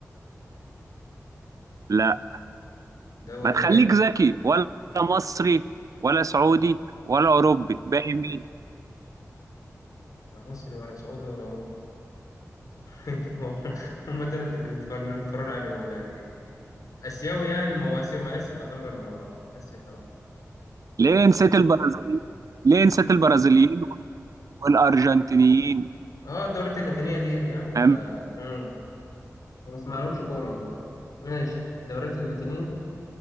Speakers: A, on the right; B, on the left.
A: لا
B: دوري
A: ما تخليك
B: هولندي؟
A: ذكي ولا مصري ولا سعودي ولا اوروبي باقي مين
B: ولا مصري ولا سعودي ولا أوروبي؟ <laughs> هم دول اللي بيتفرج بيتفرج عليهم يعني آسيوي يعني ما هو آسيا ما آسيا تعتبر ما هو آسيا طبعا
A: ليه نسيت البرازيليين ليه نسيت البرازيليين والارجنتينيين
B: اه الدوريات اللاتينية ديت يا عم انت
A: أم-
B: مم. ما بسمعلهمش كورة والله ماشي الدوريات اللاتينية